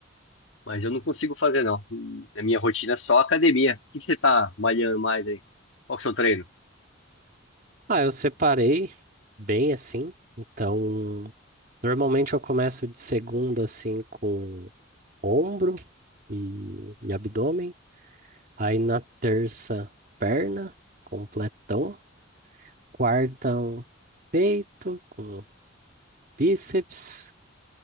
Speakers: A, on the left; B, on the right.
A: mas eu não consigo fazer, não. Hum, A minha rotina é só academia. O que que você tá malhando mais aí? Qual que é o seu treino?
B: Ah, eu separei bem assim, então Normalmente eu começo de segunda assim com ombro e, e abdômen. Aí na terça, perna, completão. Quarta, um peito com bíceps.